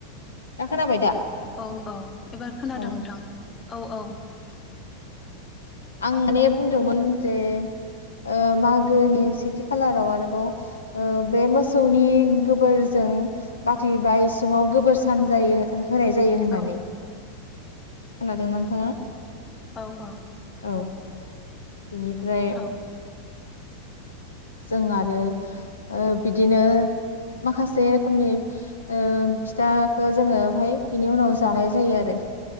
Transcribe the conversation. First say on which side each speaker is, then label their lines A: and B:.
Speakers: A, on the left; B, on the left.
A: दा खोनाबाय दा?
B: औ औ एबार खोनादों
A: औ
B: नोंथां। औ औ।
A: आं माने बुंदोंमोन जे ओ मागोनि सेथि खालाराव आरोबाव ओ बे मोसौनि गोबोरजों बाख्रि बा इसुङाव गोबोर सान जायो। होनाय जायो होननानै।
B: औ
A: खोनादों ना नोंथाङा?
B: औ औ।
A: औ बिनिफ्राय
B: औ
A: जों आरो ओ बिदिनो माखासे रोखोमनि ओ फिथाखो जोङोहाय बिनि उनाव जानाय जायो आरो